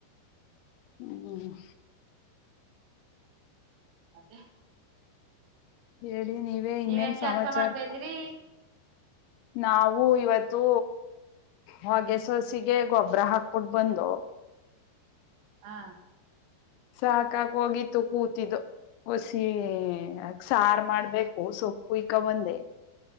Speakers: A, on the left; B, on the right.
A: ಹ್ಮ.
B: ಮತ್ತೆ
A: ಹೇಳಿ ನೀವೇ ಇನ್ನೇನ್
B: ನೀವೇನ್
A: ಸಮಾಚಾರಾ.
B: ಕೆಲ್ಸ ಮಾಡ್ತಾ ಇದ್ದೀರಿ
A: ನಾವು ಇವತ್ತು ಹೊಗೆ ಸೋಸಿಗೆ ಗೋಬ್ರಾ ಹಾಕ್ಬಿಟ್ಟು ಬಂದು.
B: ಹಾ.
A: ಸಾಕಾಗೋಗಿತ್ತು ಕೂತಿದ್ದು. ಒಸಿ ಸಾರ್ ಮಾಡ್ಬೇಕು ಸೊಪ್ ಕುಯ್ಕ ಬಂದೆ.